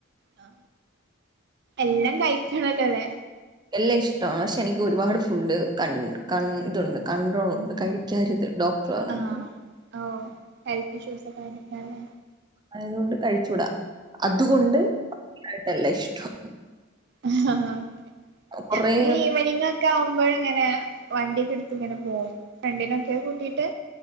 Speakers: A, on the right; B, on the right.
A: ലോ എല്ലാം കഴിക്കണല്ലോ അല്ലേ
B: എല്ലാം ഇഷ്ടണ് പക്ഷെ എനിക്ക് ഒരുപാട് ഫുഡ് കന് കന് ഇതുണ്ട് കണ്ട്രോളുണ്ട് കഴിക്കാരുത് ഡോക്ടർ പറഞ്ഞിടുണ്ട്
A: ആഹ് ഓ ഹെൽത്ത് ഇഷ്യൂസൊക്കെ വന്നിടുടാവുല്ലേ
B: അതുകൊണ്ട് കഴിച്ചൂടാ അതുകൊണ്ട് എല്ല ഇഷ്ടണ്
A: ഒക്കെ
B: കുറേ
A: ഞാനിങ്ങനെ ഈവെനിംഗ് ഒക്കെ ഒണ്ട് ഇങ്ങനെ വണ്ടിക്ക് എടുത്ത് ഇങ്ങനെ പോകും ഫ്രണ്ടിനൊക്കെ കൂട്ടിട്ട്